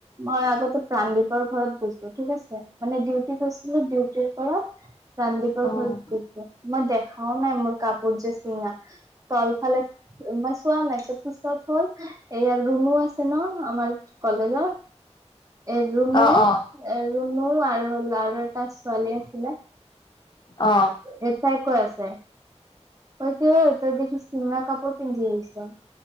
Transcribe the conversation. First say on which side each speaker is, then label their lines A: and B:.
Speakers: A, on the right; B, on the left.
A: মই আগতে প্ৰাণদীপৰ ঘৰত গৈছো ঠিক আছে মানে ডিউটি গৈছিলো ডিউটিৰ পৰা প্ৰাণদীপৰ
B: অ
A: ঘৰত গৈছো মই দেখাও নাই মোৰ কাপোৰ যে চিঙা। তলফালে মই চোৱা নাই তাৰপিছত হ'ল এইয়া ৰুণু আছে ন আমাৰ কলেজৰ। এ ৰুনুৱে
B: অ
A: এ ৰুনু আৰু লাৰু এটা ছোৱালী আছিলে।
B: অ
A: এ তাই কৈ আছে। ঐ কি ঐ তই দেখোন চিঙা কাপোৰ পিন্ধি আহিছ